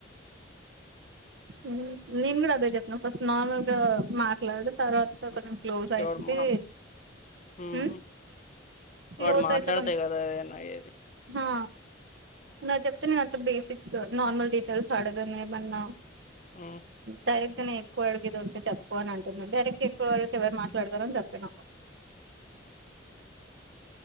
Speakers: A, on the right (about 70°); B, on the left (about 40°).
A: ఉమ్మ్ నేను కూడా అదే చెప్పినా ఫస్ట్ నార్మల్‌గా మాట్లాడు తరువాత ఒక క్లోజ్ అయితే
B: వాడు మా ఉమ్,
A: ఉమ్మ్ క్లోజ్
B: వాడు మాట్లాడితే
A: అయితే మన
B: కదా ఏదైనా అయ్యేది.
A: హా నాది చెప్తే నేను అట్లా బేసిక్ నార్మల్ డీటెయిల్స్ అడగను ఏమన్నా
B: ఉమ్మ్
A: డైరెక్ట్‌గానే ఎక్కువ అడుగు ఇది ఉంటే చెప్పు అని అంటున్న డైరక్ట్ ఎక్కువగా అడితే ఎవరు మాట్లాడతార అని చెప్తున్నా